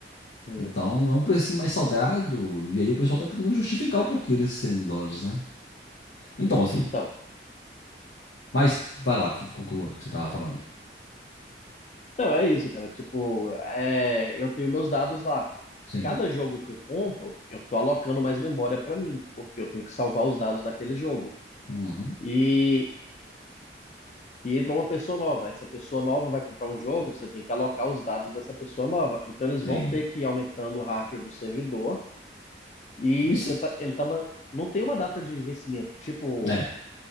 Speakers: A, on the left (about 40°); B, on the left (about 85°).
A: Hum,
B: Então é um precinho mais salgado. E aí o pessoal tá tentando justificar o porquê desses 100 dólares, né? Então, assim.
A: então,
B: Mas vai lá, conclua o que você tava falando.
A: então é isso, cara. Tipo, é, eu tenho meus dados lá.
B: Sim.
A: Cada jogo que eu compro, eu tô alocando mais memória pra mim, porque eu tenho que salvar os dados daquele jogo.
B: Uhum.
A: E, e entra uma pessoa nova. Essa pessoa nova vai comprar um jogo, você tem que alocar os dados dessa pessoa nova. Então eles
B: Sim.
A: vão ter que ir aumentando o hardware do servidor e
B: Isso
A: você tá, ele tá, ma- não tem uma data de vencimento. Tipo
B: é. é.